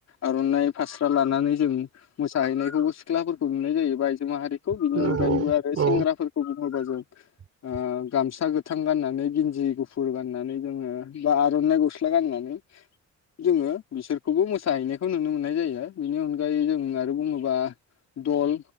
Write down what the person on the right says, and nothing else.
औ
औ
<inaudible>